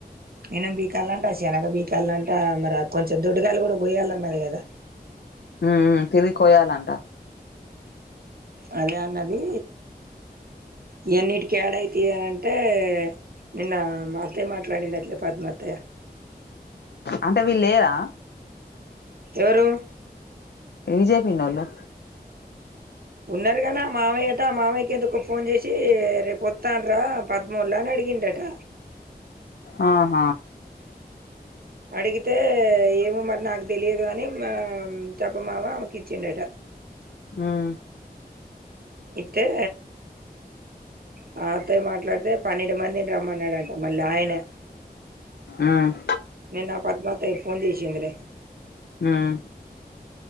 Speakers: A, on the right; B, on the left.
A: ఇనం బీకల్ంట శనగ బికాలంట రా కొంచెం దొడ్డుకాయలు కూడా పొయాలన్నది కదా
B: ఉమ్మ్ మ్ తివి కోయాలంట
A: అదే అన్నది ఇయాన్నిటికి ఏడఅయితయే అంటే నిన్న మ అత్తయ్య మాట్లాడింది అట్లే పద్మఅత్తయ్య
B: అంటే విలేదా
A: ఎవరు
B: విజయ పిన్నోళ్లు
A: ఉన్నారుగానా మామయ్యట ఆ మామయ్య ఎందుకొ ఫోన్ చేసి రేపోతాండ్ర పద్మొల్లు అని అడిగ్ డిగిండట
B: అహ
A: అడిగితే ఏమోమారి నాకు తెలియదు కాని మా తప్పమామ ఆమెకు ఇచ్చిండట
B: హ్మ్
A: ఇత్తే మా అత్తయ్య మాట్లాడితే పన్నెండు మందిని రమ్మన్నడట మళ్ళ ఆయనే
B: ఉమ్
A: నిన్న పద్మాతయ్య ఫోన్ చేసిందిలే
B: ఉమ్